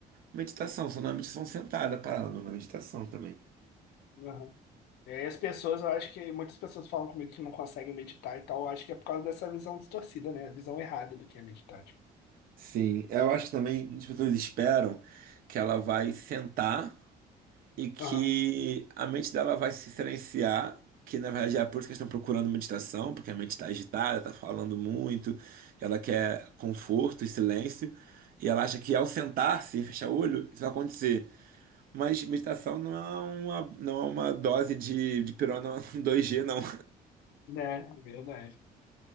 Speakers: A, on the right; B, on the left.
A: Meditação, só não é meditação sentada, é parada, não é meditação também.
B: Aham. É, E as pessoas, eu acho que muitas pessoas falam comigo que não conseguem meditar e tal. Eu acho que é por causa dessa visão distorcida, né? A visão errada do que é meditar, tipo.
A: Sim, eu acho que também muitas pessoas esperam que ela vai sentar. e que
B: Aham.
A: a mente dela vai se silenciar, que na verdade é por isso que eles estão procurando meditação, porque a mente está agitada, está falando muito, ela quer conforto e silêncio, e ela acha que ao sentar-se e fechar o olho, isso vai acontecer. Mas meditação não é uma, não é uma dose de, de pirona <laughs> dois g não.
B: É, é verdade.